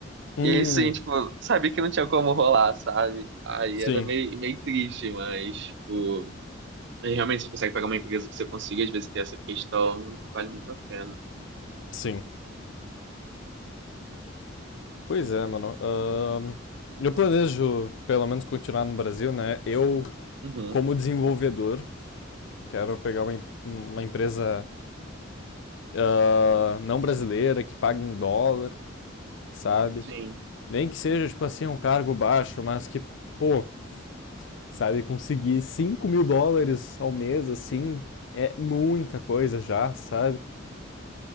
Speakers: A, on the left (about 65°); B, on the right (about 60°).
A: Hum.
B: E aí, sim, tipo, sabia que não tinha como rolar, sabe? Aí
A: Sim.
B: era meio, meio triste, mas, tipo, realmente você consegue pegar uma empresa que você consiga, às vezes, ter essa questão, vale muito a pena.
A: Sim. Pois é, mano. Ahn, eu planejo, pelo menos, continuar no Brasil, né? Eu,
B: Uhum,
A: como desenvolvedor, quero pegar uma, em- uma empresa ah, não brasileira, que pague em dólar, sabe?
B: sim.
A: Nem que seja, tipo assim, um cargo baixo, mas que, pô, sabe? Conseguir cinco mil dólares ao mês, assim, é muita coisa já, sabe?